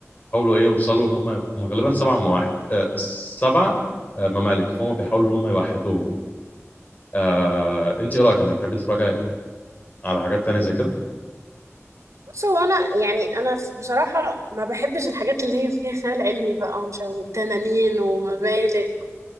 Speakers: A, on the left; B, on the right.
A: ايه يوصلوا ان هم هم غالبا سبع مواحد آه سبع آه، ممالك فهم بيحاولوا ان هم يوحدوهم يعني. آه، انت ايه رايك انت بتحبي تتفرجي على حاجات تانية زي كده
B: بص هو انا يعني انا ف- بصراحه ما بحبش الحاجات اللي هي فيها خيال علمي بقى ومش عارف- وتنانين وممالك